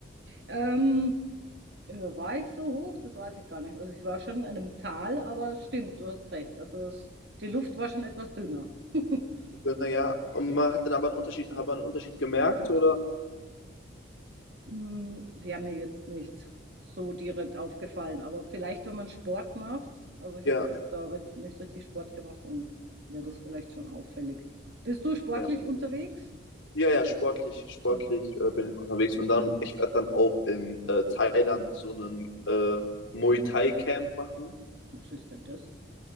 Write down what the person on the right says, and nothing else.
Ähm, Äh, War ich so hoch? Das weiß ich gar nicht. Also ich war schon in einem Tal, aber es stimmt, du hast recht. Also es, die Luft war schon etwas dünner. <laughs>
Hm, Wäre mir jetzt nicht so direkt aufgefallen, aber vielleicht, wenn man Sport macht, also ich
habe jetzt da ri- nicht richtig Sport gemacht, dann wäre das vielleicht schon auffällig. Bist du sportlich
unterwegs?
Machst
du?
Mhm.
Was ist denn das?